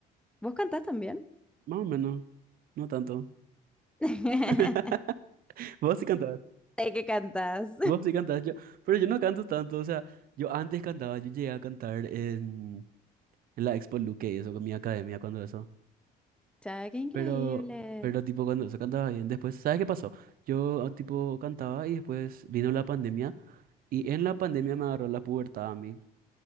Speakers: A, in the centre; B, on the right.
A: ¿Vos cantás también?
B: Más o menos, no tanto.
A: <laughs>
B: <laughs> Vos sí cantabas.
A: Sé que cantás.
B: Vos sí cantabas. Yo, pero yo no canto tanto. O sea, yo antes cantaba, yo llegué a cantar en, en la Expo Luque y eso con mi academia cuando eso.
A: Ya, qué increíble.
B: Pero, pero tipo cuando se cantaba bien, después, ¿sabes qué pasó? Yo tipo cantaba y después vino la pandemia y en la pandemia me agarró la pubertad a mí.